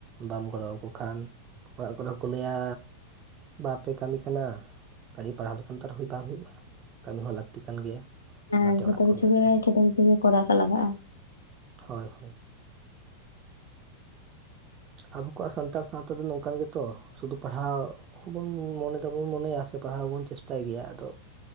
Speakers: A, on the right; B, on the left.
A: ᱵᱟᱢ ᱜᱚᱲᱚ ᱟᱠᱚ ᱠᱷᱟᱱ ᱚᱲᱟᱜ ᱠᱚᱨᱮ ᱦᱚᱸᱠᱚ ᱞᱟᱹᱭᱟ ᱵᱟᱯᱮ ᱠᱟᱹᱢᱤ ᱠᱟᱱᱟ ᱠᱷᱟᱹᱞᱤ ᱯᱟᱲᱦᱟᱣ ᱞᱮᱠᱷᱟᱱ ᱛᱚ ᱟᱨᱦᱚᱸ ᱵᱟᱝ ᱦᱩᱭᱩᱜ-ᱟ ᱠᱟᱹᱢᱤ ᱦᱚᱸ ᱞᱟᱹᱠᱛᱤ ᱠᱟᱱ ᱜᱮᱭᱟ
B: ᱦᱮᱸ
A: ᱚᱱᱟᱛᱮ
B: ᱡᱷᱚᱛᱚ
A: ᱚᱲᱟᱜ ᱠᱷᱚᱱ
B: ᱠᱤᱪᱷᱩ ᱜᱮ ᱡᱷᱚᱛᱚ ᱠᱤᱪᱷᱩ ᱜᱮ ᱠᱚᱨᱟᱣ ᱠᱚ ᱞᱟᱜᱟᱜ-ᱟ
A: ᱦᱳᱭ ᱦᱳᱭ ᱟᱵᱚ ᱠᱚᱣᱟᱜ ᱥᱟᱱᱛᱟᱲ ᱥᱟᱶᱛᱟ ᱫᱚ ᱱᱚᱝᱠᱟᱱ ᱜᱮᱛᱚ ᱥᱩᱫᱷᱩ ᱯᱟᱲᱦᱟᱣ ᱵᱚᱱ ᱢᱚᱱᱮᱮᱫᱟᱵᱚᱱ ᱢᱚᱱᱮᱭᱟ ᱥᱮ ᱯᱟᱲᱦᱟᱣ ᱵᱚᱱ ᱪᱮᱥᱴᱟᱭ ᱜᱮᱭᱟ ᱟᱫᱚ